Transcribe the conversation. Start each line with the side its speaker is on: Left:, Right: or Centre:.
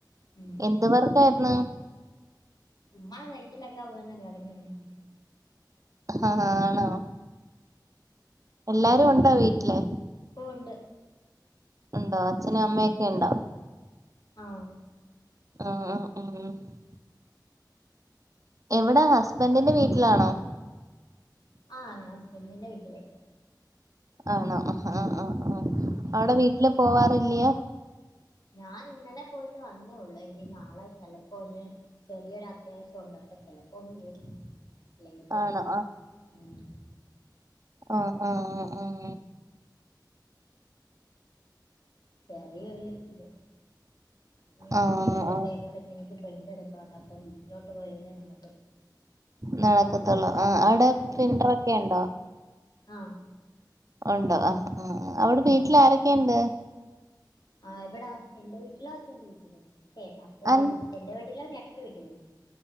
Left: ഉം
Right: എന്ത് വർക്കായിരുന്നു
Left: ചുമ്മാ സൈറ്റിലക്കാ പോയി ഒന്ന് കറങ്ങിടന്ന്
Right: ആ ആണോ എല്ലാരും ഉണ്ടോ വീട്ടിലെ?
Left: ഓ ഉ ണ്ട്
Right: ഉണ്ടോ അച്ഛനും അമ്മയൊക്കെ ണ്ടോ?
Left: ആഹ്
Right: ആഹ് ആഹ് ഉം ഉം എവിടെ ഹസ്ബൻറിന്റെ വീട്ടിലാണോ?
Left: ആ ഞാൻ ഹസ്ബൻന്റി ന്റെ വീട്ടിലായിപ്പൊ
Right: ആണോ ആ ഹാ ആ
Left: ഉം.
Right: അവിടെ വീട്ടില് പോവാറില്ല്യ
Left: ഞാൻ ഇന്നലെ പോയിട്ട് വന്നേ ഉള്ളൂ ഇനി നാളെ ചെിലപ്പോ ഒന്ന് ചെറിയൊരു അത്യാവശ്യംണ്ട് അപ്പ ചെലപ്പോ ഒന്നു പോവും അല്ലെങ്കി പോവത്തില്ല
Right: ആണോ
Left: ഉമ്
Right: ആ അ അ ആ ആഹ്
Left: ചെറിയൊരു ഇത് അതിന് വേണ്ടി
Right: ആഹ്
Left: ഒന്ന് രണ്ട്
Right: ആഹ്
Left: പേപ്പറ് എനിക്ക് പ്രിൻറ് എടുക്കാണ്ട് അപ്പോ വീ ട്ടി ലോട്ട് പോയാലേ നട
Right: നടക്കത്തുള്ളൂ ആ അവിടെ പ്രിന്റർക്കെ ഉണ്ടോ?
Left: ആഹ്
Right: ഉണ്ടോ ആ അവിടെ വീട്ടിൽ ആരൊക്കെണ്ട്?
Left: ആ ഇവിടെ എന്റെ വീട്ടിലോ അച്ഛന്റെ വീട്ടിലോ <unintelligible> എന്റെ
Right: അൽ
Left: വീട് എന്റെ വീട്ടിലോ ചേട്ടന്റെ വീട്ടിലോ